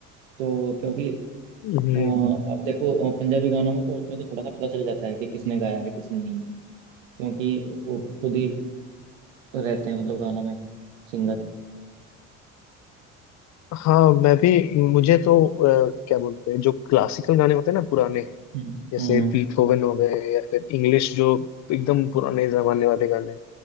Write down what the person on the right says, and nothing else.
तो क्योंकि
अ, अब देखो अ, पंजाबी गानों में तो उसमें तो थोड़ा सा पता चल जाता है कि किसने गाया है किसने नहीं है क्योंकि वो खुद ही रहते हैं मतलब गानों में सिंगर
हम्म
हम्म